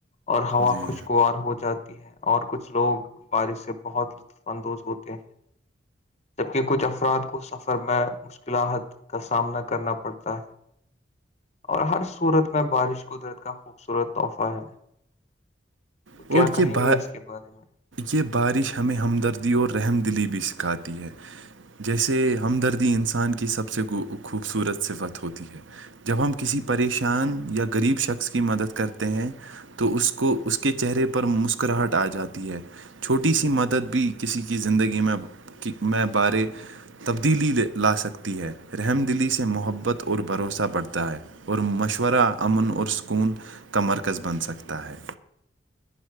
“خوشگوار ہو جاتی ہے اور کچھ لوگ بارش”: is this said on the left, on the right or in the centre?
Left